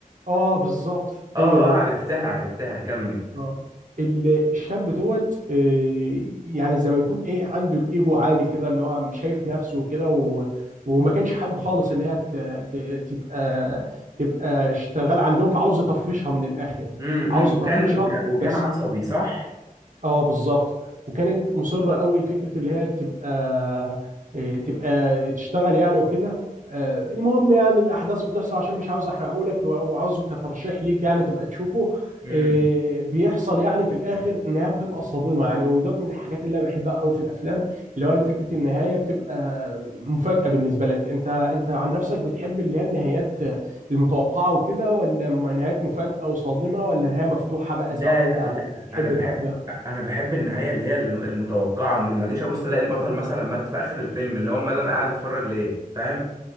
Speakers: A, on the right; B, on the right.
A: اه بالظبط
B: اه
A: هي
B: اه
A: دي
B: عرفتها عرفتها كمل
A: اه ال- الشاب دوت آه، يعني زي ما يكون ايه عنده الايجو عالي كده اللي هو شايف نفسه وكده و- وما كانش حابب خالص اللي هي ت- ت- تبقى تبقى اشتغل عندهم فعاوز يطفشها من الاخر
B: امم
A: عاوز
B: وكان
A: يطفشها
B: وكان وكان
A: بس
B: عصبي صح
A: اه بالظبط وكانت مصره قوي فكره اللي هي تبقى إيه، تبقى تشتغل يعني وكده آه، المهم يعني الاحداث بتحصل عشان مش عاوز احرقه لك وعاوزه كترشيح ليك يعني تبقى تشوفه
B: امم
A: آه، بيحصل يعني في الاخر النهايه بتبقى صادمه يعني ودوت من الحاجات اللي انا بحبها قوي في الافلام اللي هو فكره النهايه بتبقى مفاجاه بالنسبه لك انت انت عن نفسك بتحب اللي هي النهايات المتوقعه وكده ولا نهايات مفاجاه وصادمه ولا نهايه مفتوحه بقى
B: لا
A: سواء
B: لا
A: انت
B: لا
A: تحب
B: انا بحب
A: ده وده
B: انا بحب النهاية اللي هي الم- المتوقعة ما جيش ابص الاقي البطل مثلا مات في اخر الفيلم اللي هو امال انا قاعد اتفرج ليه فاهم